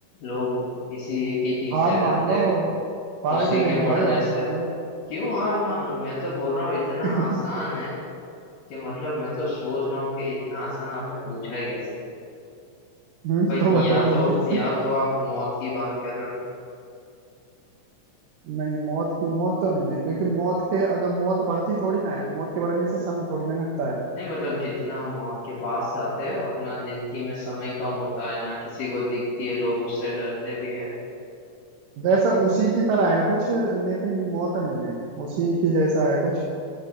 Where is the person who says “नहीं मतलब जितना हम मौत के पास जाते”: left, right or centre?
Left